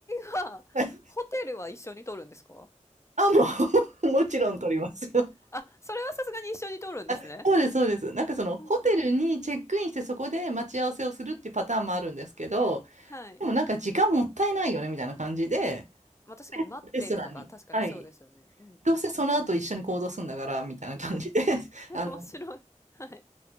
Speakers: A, on the left; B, on the right.
A: う場合は、
B: はい
A: ホテルは一緒に取るんですか？
B: あ、もう、<laughs> もちろん取りますよ。
A: あ、それはさすがに一緒に取るんですね。
B: あそうです、そうです。なんかそのホテルにチェックインしてそこで待ち合わせをするっていうパターンもあるんですけど、
A: うんうん。はい。
B: でもなんか時間もったいないよねみたいな感じで、
A: ま、確かに待ってるとか、
B: レストランに、
A: 確かにそうですよね。
B: はい、
A: うんうんうん。
B: どうせその後一緒に行動するんだからみたいな感じで、
A: はい。
B: <laughs>
A: <laughs>
B: あの、
A: え、面白い。はい。